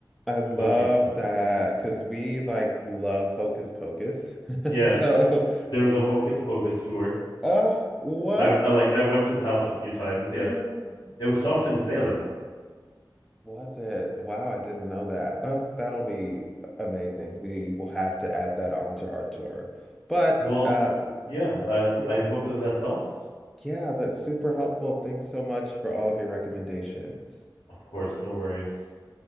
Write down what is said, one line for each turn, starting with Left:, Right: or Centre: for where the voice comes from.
Centre: I love
Left: witchy stuff.
Centre: that because we like love Hocus Pocus. <laughs>
Left: Yeah,
Centre: So,
Left: there's a Hocus Pocus tour.
Centre: uh, what?
Left: I, I like I went to the house a few times.
Centre: <gasps>
Left: Yeah, it was shot
Centre: Oh
Left: in Salem.
Centre: my God. Was it? Wow, I didn't know that. Oh, that'll be amazing. We will have to add that onto our tour. But
Left: Well,
Centre: uh
Left: yeah, I
Centre: y-
Left: I hope that that helps.
Centre: yeah, that's super helpful. Thanks so much for all of your recommendations.
Left: Of course, no worries.